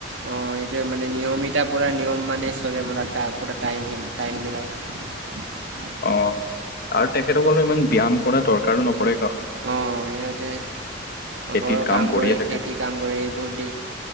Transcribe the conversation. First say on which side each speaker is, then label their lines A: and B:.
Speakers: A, on the right; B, on the left.
A: অ এইটোয়ে মানে নিয়মিতাৰ পৰা নিয়ম মানে <unintelligible> চল মানে পোৰা টাইম টাইম মিলে <unintelligible>
B: অ আৰু তেখেতসকললে ইমান ব্যায়াম কৰে দৰকাৰো নকৰে
A: অঁ সিহঁতে
B: খেতিত
A: ঘৰৰ কাম
B: কৰিয়ে
A: কৰে
B: থাকে
A: খেতি কাম কৰে এইবোৰ দি